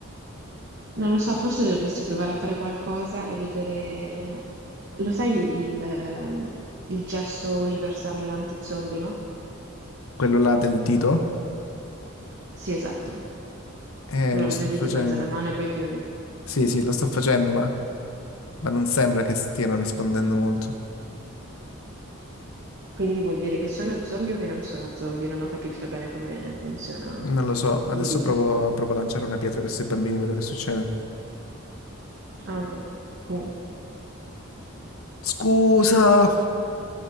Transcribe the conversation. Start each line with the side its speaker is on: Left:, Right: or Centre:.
Right: Non lo so, forse dovresti provare a fare qualcosa e vedere... eh, Lo sai il, ehm, il gesto universale anti-zombie, no?
Left: Quello là del dito?
Right: Sì, esatto.
Left: Eh,
Right: Quello
Left: lo
Right: là
Left: sto
Right: del dito
Left: facendo.
Right: in mezzo alla mano e poi chiudi.
Left: Sì, sì, lo sto facendo, ma, ma non sembra che stiano rispondendo molto.
Right: Quindi vuol dire che sono zombie o che non sono zombie? Non ho capito bene come funziona
Left: Non lo so, adesso
Right: il dito.
Left: provo, provo a lanciare una pietra a questi bambini, vedo che succede.
Right: Ah, ok. Tu
Left: Scusa,